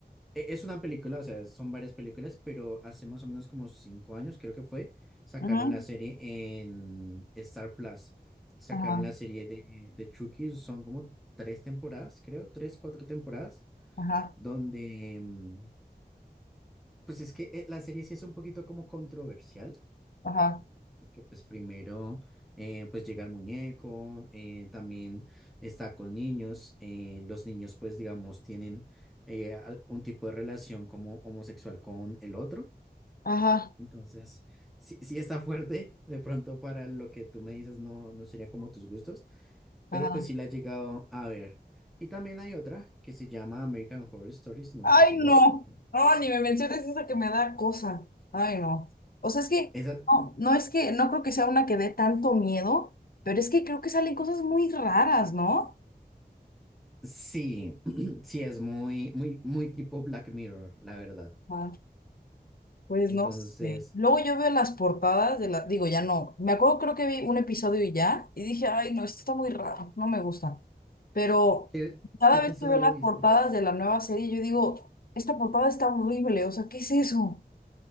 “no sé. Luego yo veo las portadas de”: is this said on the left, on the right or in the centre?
Left